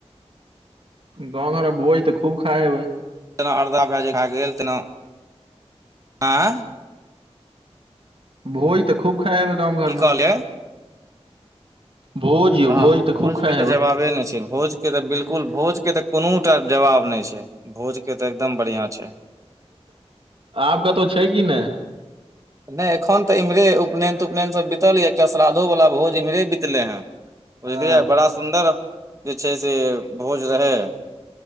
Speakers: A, on the right; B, on the right.
A: गाँउ घरमे भोज तऽ खूब खाइ हेबै।
B: जेेना अरदा भऽ जे भए गेल तेना आँय
A: भोज तऽ खूब खाए हेबै गाँव घर
B: की कहलियै
A: मे। भोज यौ
B: आह भोज
A: तऽ खूब खाइ
B: के तऽ
A: हेबै
B: जवाबे नेछै भोज के तऽ बिलकुल भोज के तऽ कुनूटा जवाब नहि छै भोज के तऽ एकदम बढ़ियाँ छै
A: आब कतहु छै कि नहि?
B: नहि एखन तऽ इम्हरे उपनयन तुपनयन सब बितल या एकटा श्राद्धो वला भोज इम्हरे बितले हँ बुझलियै
A: हँ
B: बड़ा सब सुन्दर जेछै से भोज रहै